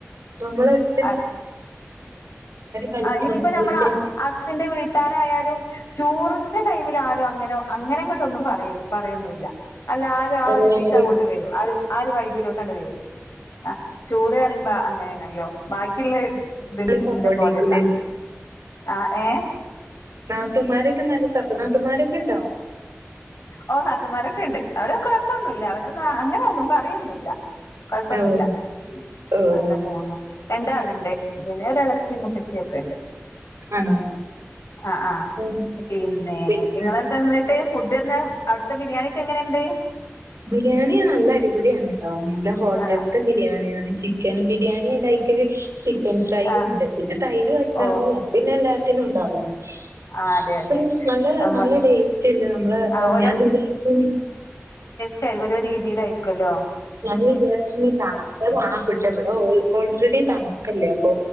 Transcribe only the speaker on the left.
ആ
ആ ഇനിയിപ്പ
നമ്മള അസിന്റെ വീട്ടാരായാലും ടൂറിന്റെ ടൈമിൽ ആരും അങ്ങനെ അങ്ങനെ അങ്ങോട്ട ഒന്നും പറയ പറയൊന്നൂ ല്ല അല്ല ആരും ആ
ഒരുദീക്ക അങ്ങോട്ട് വരും ആ ആ ഒരു വൈബിലോട്ടണ്ട് വരും ആ ടൂറ് അറിയുമ്പോ അങ്ങനെയണല്ലോ ബാക്കിയുള്ള
ഇതിനെ പോല അല്ല ആഹ് ഏഹ്
ഓ നാത്തുന്മാരൊക്കെ ഉണ്ട് അവര് കൊഴപ്പൊന്നുല്ല അവരൊന്നും അങ്ങനെഒന്നും പറയൊന്നുഇല്ല കൊഴപ്പൊന്നില്ല
മു
അങ്ങനെ പോന്നു രണ്ടാളിണ്ട് പിന്നെ ഒരു ഇളച്ചി മുത്ത്ച്ചി ഒക്കെ ഉണ്ട്
ആഹ് ആഹ്
പിന്നെ
നിങ്ങെളെന്താന്നിട്ട് ഫുഡ് എന്താവു അവിടുത്തെ ബിരിയാണി ഒക്കെ എങ്ങനെണ്ട്
ആ ആ
ആഹ്
ഓ
ആഹ് അതെ
അതെ
നമ്മ
ആഹ്
ചെലവാര് ഓരോ രീതില് ആരിക്കുല്ലോ